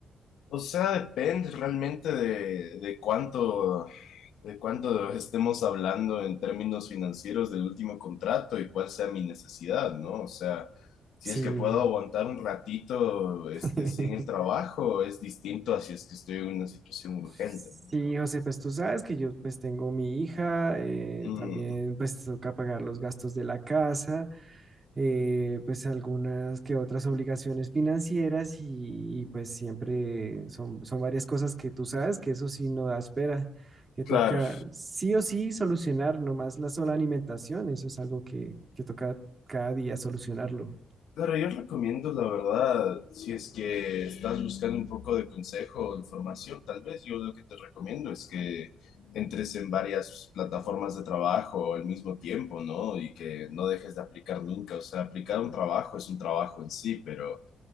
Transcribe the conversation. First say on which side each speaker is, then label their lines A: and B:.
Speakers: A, on the left (about 85°); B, on the right (about 25°).
A: O sea, depende realmente de, de cuánto, de cuánto estemos hablando en términos financieros del último contrato y cuál sea mi necesidad, ¿no? O sea, si
B: Sí.
A: es que puedo aguantar un ratito, este,
B: <laughs>
A: sin el trabajo, es distinto a si es que estoy en una situación urgente,
B: Sí,
A: ¿no?
B: José, pues tú sabes que yo pues tengo mi hija, eh,
A: Mm,
B: también pues toca pagar los gastos de la casa, eh, pues algunas que otras obligaciones financieras y, y, pues siempre son, son varias cosas que tú sabes que eso sí no da espera, que
A: claro.
B: toca sí o sí solucionar, no más la sola alimentación, eso es algo que, que toca cada día solucionarlo.
A: Claro, yo recomiendo, la verdad, si es que estás buscando un poco de consejo o información, tal vez yo lo que te recomiendo es que entres en varias plataformas de trabajo al mismo tiempo, ¿no? Y que no dejes de aplicar nunca. O sea, aplicar un trabajo es un trabajo en sí, pero